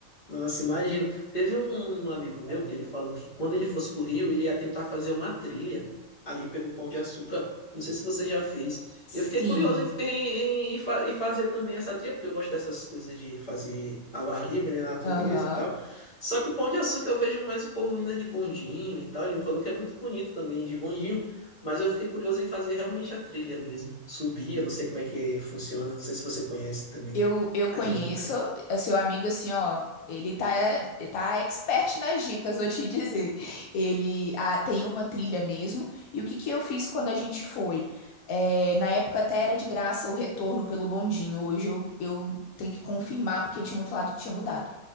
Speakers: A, on the left; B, on the left.
A: Nossa, imagino. Teve um um amigo meu que ele falou que quando ele fosse pro Rio, ele ia tentar fazer uma trilha ali pelo Pão de Açúcar. Eu não sei se você já fez.
B: Sim.
A: Eu fiquei curioso em, em- em fa- em fazer também essa trilha, porque eu gosto dessas coisas de fazer ao ar livre, né, natureza
B: Aham.
A: e tal. Só que o Pão de Açúcar eu vejo mais o povo indo né, de bondinho e tal. Ele me falou que é muito bonito também de bondinho, mas eu fiquei curioso em fazer realmente a trilha mesmo. Subir, eu não sei como é que funciona, não sei se você conhece também
B: Eu, eu
A: a
B: conheço
A: dinâmica.
B: o seu amigo assim, ó. Ele tá, ele tá expert nas dicas, vou te dizer. Ele ah, tem uma trilha mesmo. E o que que eu fiz quando a gente foi? É, na época até era de graça o retorno pelo bondinho. Hoje eu, eu tenho que confirmar porque tinha me falado que tinha mudado.